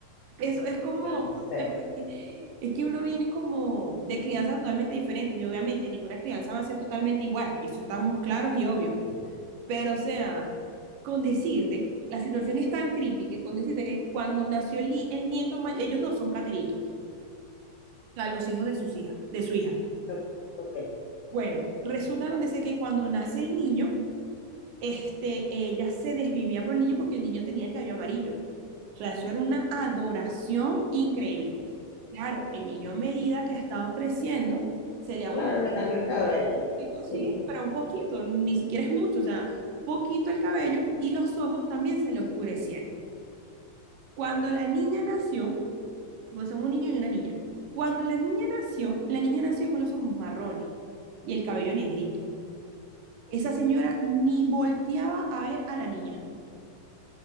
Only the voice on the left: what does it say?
no, no
sé.
no, no, Ok,
claro, le cambio el cabello.
Sí.